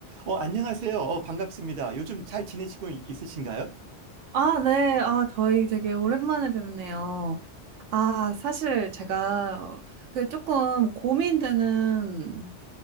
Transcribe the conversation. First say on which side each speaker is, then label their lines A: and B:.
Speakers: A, on the right; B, on the right.
A: 어, 안녕하세요. 어, 반갑습니다. 요즘 잘 지내시고 이- 있으신가요?
B: 아, 네. 아, 저희 되게 오랜만에 뵙네요. 아, 사실 제가 어, 그 조금 고민되는